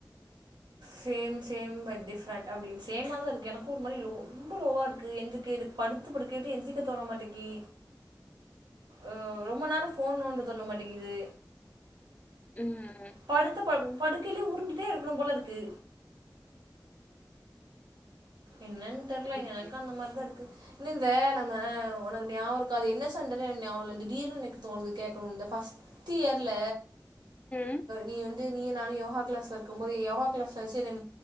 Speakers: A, on the right; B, on the left.
A: சேம் சேம் பட் டிஃப்ரண்ட் அப்படின்னு சேமா தா இருக்கு எனக்கு ஒரு மாதிரி ரொம்ப லோவா இருக்கு எந்திரு கேடு படுத்து படிக்கவிட்டு எந்திரிக்க தோண மாட்டக்கி ம் ரொம்ப நேரம் ஃபோன் நோன்ட தோண மாட்டேங்கிது
B: ம்‌
A: படுத்த ப படுக்கையிலே உருண்டுட்டே இருக்கணும் போல இருக்கு என்னனு தெர்ல
B: ம்
A: எனக்கும் அந்த மாதிரி தா இருக்கு இன்ன இந்த நம்ம உனக்கு ஞாபக இருக்காது என்ன‌‌ சண்டனு‌ எனக்கு ஞாபகமில்ல திடீர்னு எனக்கு தோணுது கேக்கணுனு ஃபஸ்ட் பிஃப்து இயர்ல
B: ம்
A: நீ வந்து நீயும் நானு யோகா கிளாஸ்ல இருக்கும் போது யோகா கிளாஸ்ல வச்சு என்னை